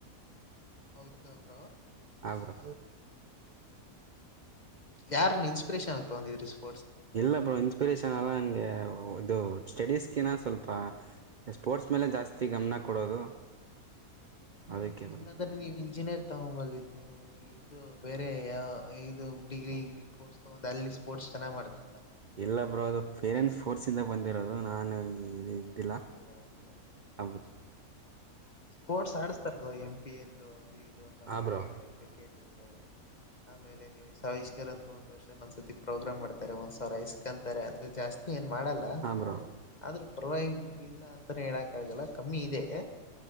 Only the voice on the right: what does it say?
ಹಾ ಬ್ರೋ.
ಇಲ್ಲ ಬ್ರೋ ಇನ್ಸ್ಪಿರೇಷನ್. <unintelligible> ನನ್ಗೆ ಇದು ಸ್ಟಡೀಸ್. ಕಿನ ಸ್ವಲ್ಪ ಸ್ಪೋರ್ಟ್ಸ್ ಮೇಲೆ ಜಾಸ್ತಿ ಗಮನ ಕೊಡೋದು. ಅದಕ್ಕೆ
ಬ್ರೋ
ಇಲ್ಲ ಬ್ರೋ ಅದು ಪೇರೆಂಟ್ಸ್ ಫೋರ್ಸ್ ಇಂದ ಬಂದಿರೋದು ನಾನು. ಈ ಇದೇನ್. ತಿಲ್ಲ
<unintelligible>
ಹಾ
ಬ್ರೋ
ಹಾ ಬ್ರೋ